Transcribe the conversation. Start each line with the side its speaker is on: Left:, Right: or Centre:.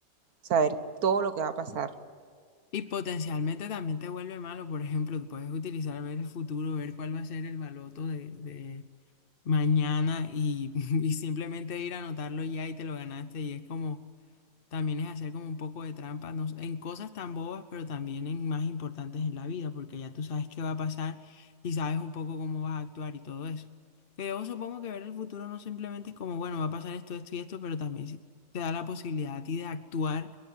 Right: saber todo lo que va a pasar?
Left: Y potencialmente también te vuelve malo, por ejemplo, tú puedes utilizar ver el futuro, ver cuál va a ser el baloto de, de mañana y, <laughs> y simplemente ir a anotarlo ya y te lo ganaste y es como... También es hacer como un poco de trampa, no sé, en cosas tan bobas, pero también en más importantes en la vida, porque ya tú sabes qué va a pasar y sabes un poco cómo vas a actuar y todo eso. Pero yo supongo que ver el futuro no simplemente es como, bueno, va a pasar esto, esto y esto, pero también sí te da la posibilidad a ti de actuar